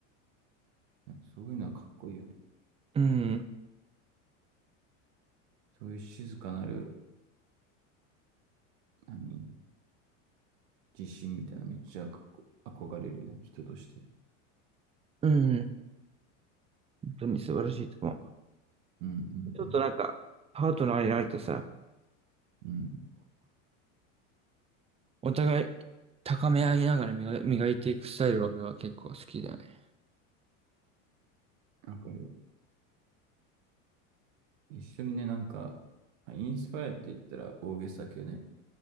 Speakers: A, on the right (about 70°); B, on the right (about 15°).
A: なんかそういうのはかっこいいよね。
B: うん、
A: そういう静かなる、何、自信みたいなのめっちゃかっこ、憧れるよね、人として。
B: うん、本当に素晴らしいと思う。
A: うんうん
B: ちょっとなんか、パートナーになるとさ、
A: うん。
B: おお互い高め合いながら磨、磨いていくスタイルは俺は結構好きだね。
A: うん、わかるよ。一緒にね、なんか、まあインスパイアって言ったら大げさだけどね、